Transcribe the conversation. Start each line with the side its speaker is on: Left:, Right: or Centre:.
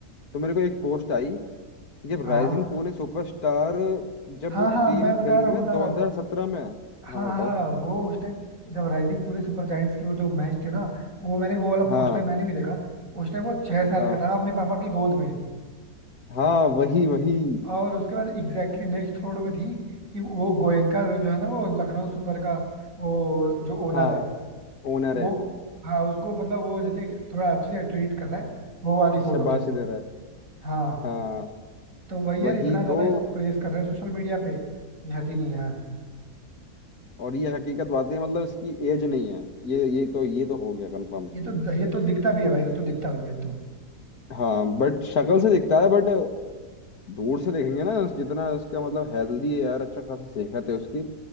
Left: तो मेरे को एक पोस्ट आई कि जब
Right: हाँ
Left: राइजिंग पुणे सुपरस्टार जब
Right: हाँ हाँ
Left: टीम
Right: मैं
Left: खेल
Right: बता रहा
Left: रही थी
Right: हूँ
Left: ना
Right: बता
Left: 2017
Right: रहा हूँ
Left: में हाँ
Right: हाँ हाँ
Left: बताओ
Right: वो उस टाइम जब राइजिंग पूरे सुपर जायंट्स के वो जो मैच थे ना वो मैंने वो वाला
Left: हाँ
Right: पोस्टर मैंने भी देखा उस टाइम वो छह साल
Left: हाँ
Right: का था अपने पापा की गोद में
Left: हाँ वही वही
Right: और उसके बाद एग्जैक्टली नेक्स्ट फोटो में थी कि वो गोयनका जो है ना वो लखनऊ सुपर का वो जो ओनर
Left: हाँ
Right: है
Left: ओनर
Right: वो
Left: है
Right: हाँ उसको मतलब वो जैसे थोड़ा अच्छे से ट्रीट कर रहा है वो वाली फोटो
Left: शाबाश
Right: थी
Left: दे रहा है
Right: हाँ
Left: हाँ
Right: तो वही
Left: वही
Right: यार इतना ज्यादा
Left: तो
Right: इसको प्रेस कर रहे हैं सोशल मीडिया पे कि हद ही नहीं यार
Left: और ये हकीकत बातें हैं, मतलब इसकी एज नहीं है ये ये तो ये तो हो गया कंफर्म
Right: ये तो ये तो दिखता भी है भाई वो तो दिखता भी है अब तो
Left: हाँ बट शक्ल से दिखता है बट दूर से देखेंगे ना जितना इसका मतलब हेल्दी है यार अच्छा खासा सेहत है उसकी